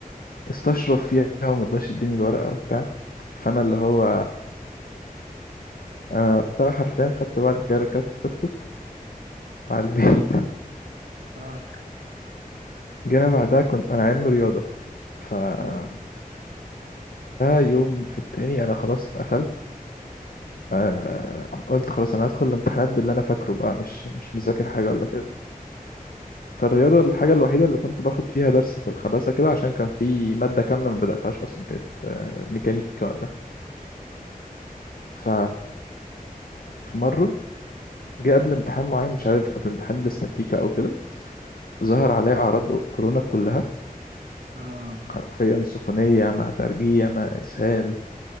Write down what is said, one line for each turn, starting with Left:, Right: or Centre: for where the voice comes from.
Left: استشرف فيها وما رضاش يديني الورقة وبتاع فانا اللي هو انا وقتها حرفيا خدت بعد كده ركبت توك توك وعلى البيت
Right: اه
Left: <laughs> جينا بعدها كنت انا علم رياضة فبعدها
Right: حلو.
Left: يوم في التاني انا خلاص اتقفلت آه، قلت خلاص انا هدخل الامتحانات باللي انا فاكره بقى مش مش مذاكر حاجة ولا كده فالرياضة الحاجة الوحيدة اللي كنت باخد فيها درس في الخباثة كده عشان كان في مادة كاملة ما بدأتهاش أصلا كانت آه، ميكانيكا ف في مرة جه قبل امتحان معين مش عارف قبل امتحان الاستاتيكا أو كده ظهر عليه أعراض كورونا كلها
Right: اه
Left: حرفيا سخونية مع ترجيع مع إسهال